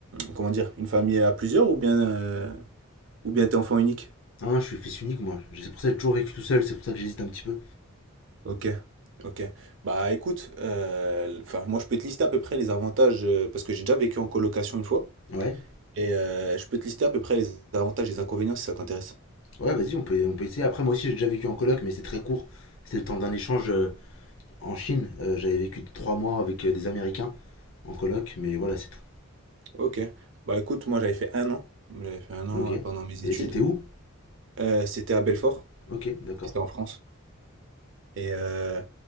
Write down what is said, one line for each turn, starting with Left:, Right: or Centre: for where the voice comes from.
Right: comment dire, une famille à plusieurs ou bien, euh, ou bien t'es enfant unique?
Left: Hein, je suis fils unique, moi. Je- C'est pour ça que j'ai toujours vécu tout seul, c'est pour ça que j'hésite un petit peu.
Right: Ok, ok. Bah écoute, euh, enfin, moi je peux te lister à peu près les avantages, euh, parce que j'ai déjà vécu en colocation une fois,
Left: Ouais,
Right: et euh, je peux te lister à peu près les avantages et les inconvénients si ça t'intéresse.
Left: ouais, vas-y, on peut, on peut essayer. Après, moi aussi, j'ai déjà vécu en coloc, mais c'est très court. C'était le temps d'un échange euh, en Chine. Euh, j'avais vécu trois mois avec euh, des Américains en coloc, mais voilà, c'est tout.
Right: Ok. Bah écoute, moi j'avais fait un an, j'avais fait un an
Left: Ok.
Right: euh, pendant mes
Left: Et
Right: études.
Left: c'était où?
Right: Euh, c'était à Belfort,
Left: Ok, d'accord.
Right: c'était en France. Et euh,